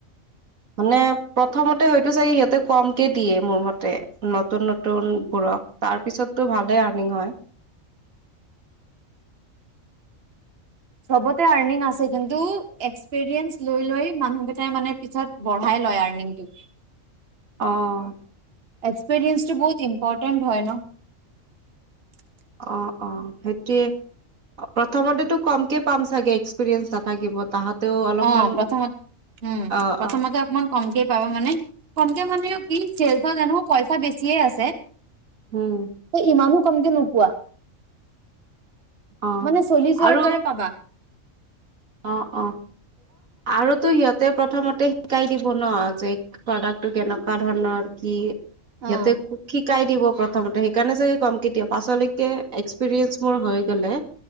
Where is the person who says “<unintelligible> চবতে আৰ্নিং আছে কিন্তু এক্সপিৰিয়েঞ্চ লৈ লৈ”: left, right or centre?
Right